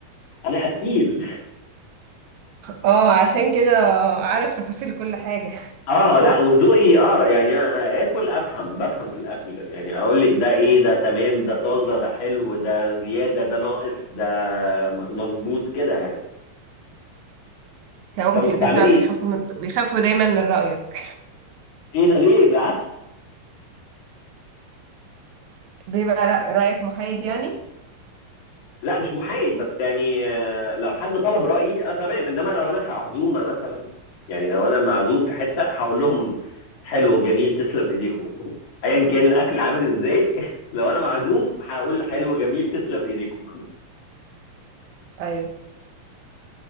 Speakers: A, on the left; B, on the right.
A: انا اكيل
B: اه عشان كده عارف تفاصيل كل حاجة
A: اه لا وذوقي اه يعني أنا اكل افهم بفهم في الاكل يعني اقول لك ده ايه ده تمام ده طازه ده حلو ده زياده ده ناقص ده م- مظبوط كده يعني
B: تلاقيهم
A: طب
B: في
A: وبتعملي
B: البيت بقى بيخافوا من... بيخافوا دايما من رأيك
A: ايه ده ليه بالعكس
B: بيبقى رأ- رأيك محايد يعني
A: لا مش محايد بس يعني آه، لو حد طلب رأيي اه تمام انما لو انا في عزومة مثلا يعني لو انا معزوم في حتة هقول لهم حلو جميل تسلم ايديكم <laughs> ايا كان الاكل عامل ازاي <laughs> لو انا معزوم هقول حلو جميل تسلم ايديكم <laughs>
B: ايوه